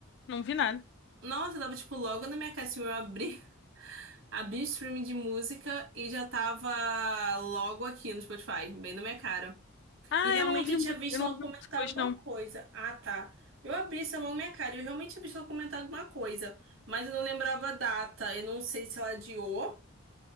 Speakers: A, on the left; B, on the right.
A: Não vi nada.
B: Nossa, eu tava, tipo, logo na minha caixinha, eu abri, <laughs> abri o streaming de música e já tava logo aqui no Spotify, bem na minha cara.
A: Ah,
B: E realmente
A: eu não ouvi,
B: eu
A: mu-
B: tinha visto
A: eu não
B: ela
A: ouvi
B: comentar
A: música hoje,
B: alguma
A: não.
B: coisa. Ah, tá. Eu abri essa mão minha cara. Eu realmente tinha visto ela comentar alguma coisa. Mas eu não lembrava a data. Eu não sei se ela adiou